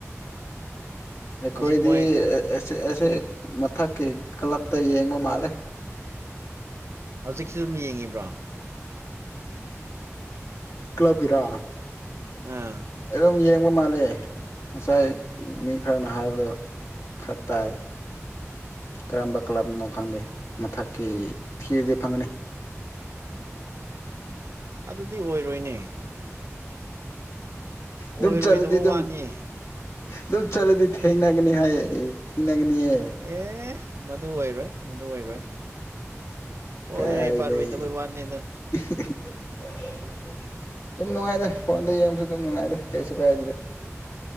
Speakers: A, on the left; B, on the right.
A: ꯑꯩꯈꯣꯏꯗꯤ
B: ꯍꯧꯖꯤꯛ ꯃꯣꯏ
A: ꯁ ꯑꯁꯦ ꯃꯊꯛꯀꯤ ꯀ꯭ꯂꯞꯇ ꯌꯦꯡꯕ ꯃꯥꯜꯂꯦ
B: ꯍꯧꯖꯤꯛꯁꯨ ꯑꯗꯨꯝ ꯌꯦꯡꯉꯤꯕ꯭ꯔꯣ
A: ꯀ꯭ꯂꯞ ꯀꯤꯔꯥ
B: ꯑꯥ
A: ꯑꯗꯨꯝ ꯌꯦꯡ ꯃꯥꯜꯂꯦ ꯉꯁꯥꯏ ꯃꯤ ꯈꯔꯅ ꯍꯥꯏꯕꯗꯣ ꯈꯔ ꯇꯥꯏ ꯀꯔꯝꯕ ꯀ꯭ꯂꯕꯅꯣ ꯈꯪꯗꯦ ꯃꯊꯛꯀꯤ ꯊꯤꯔꯗꯤ ꯐꯪꯒꯅꯤ
B: ꯑꯗꯨꯗꯤ ꯑꯣꯏꯔꯣꯏꯅꯦ ꯑꯣꯏꯔꯣꯏꯗꯕ
A: ꯑꯗꯨꯝ ꯆꯠꯂꯗꯤ ꯑꯗꯨꯝ
B: ꯋꯥꯅꯤ
A: ꯑꯗꯨꯝ ꯆꯠꯂꯗꯤ ꯊꯦꯡꯅꯒꯅꯤ ꯍꯥꯏꯌꯦ ꯊꯦꯡꯅꯒꯅꯤꯌꯦ
B: ꯑꯦ ꯃꯗꯨ ꯑꯣꯏꯔꯣꯏ ꯃꯗꯨ ꯑꯣꯏꯔꯣꯏ ꯑꯣꯏꯔꯣꯏ
A: ꯀꯥꯏꯗ
B: ꯄꯥꯔꯣꯏꯗꯕꯩ
A: ꯑꯗꯨꯨꯝ
B: ꯋꯥꯅꯤ ꯑꯗꯣ
A: ꯅꯨꯡꯉꯥꯏꯗ ꯐꯣꯟꯗ ꯌꯦꯡꯕꯁꯨ ꯑꯗꯨꯝ ꯅꯨꯡꯉꯥꯏꯗ ꯀꯩꯁꯨ ꯀꯥꯏꯗꯦꯗ